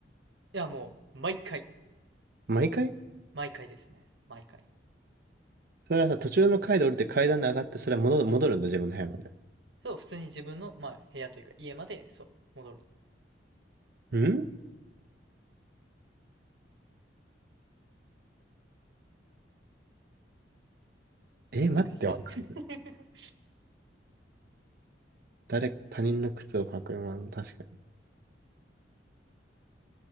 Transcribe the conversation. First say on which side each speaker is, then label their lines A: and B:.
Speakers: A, on the right; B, on the right.
A: いや、もう、毎回、
B: 毎回
A: 毎回ですね。毎回。
B: それはさ、途中の階で降りて階段で上がって、それは戻る、戻るんだ、自分の部屋まで。
A: そう、普通に自分の、まあ、部屋というか家まで、そう、戻る
B: んえ、
A: の。
B: 待って、
A: 難しい。
B: わか
A: <laughs>
B: 誰、他人の靴を履く、まあ、確かに。